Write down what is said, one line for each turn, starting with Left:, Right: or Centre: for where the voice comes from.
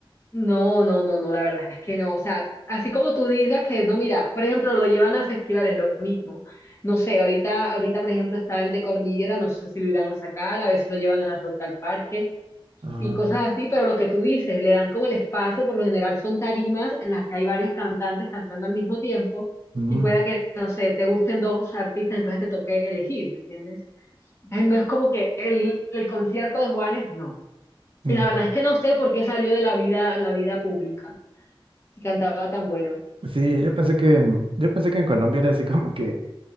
Left: No, no, no, no, la verdad es que no. O sea, así como tú digas que no, mira, por ejemplo, lo llevan a festivales, lo mismo. No sé, ahorita, ahorita, por ejemplo, está el de Cordillera, no sé si lo irán a sacar, a veces lo llevan a Rock al Parque
Right: Ah,
Left: y cosas así, pero lo que tú dices, le dan como el espacio, por lo general son tarimas en las que hay varios cantantes cantando al mismo tiempo
Right: mm,
Left: y pueda que, no sé, te gusten dos artistas, entonces te toque elegir, ¿me entiendes? Eh, No es como que el, el concierto de Juanes, no.
Right: mm.
Left: Y la verdad es que no sé por qué salió de la vida, la vida pública, si cantaba tan bueno.
Right: Sí, yo pensé que en, yo pensé que en Colombia era así como que,